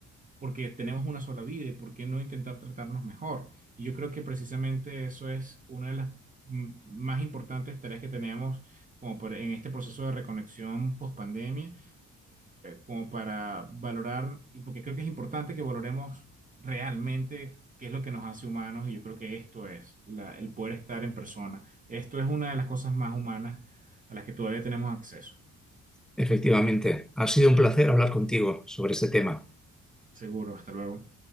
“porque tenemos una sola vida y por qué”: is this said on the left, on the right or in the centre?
Right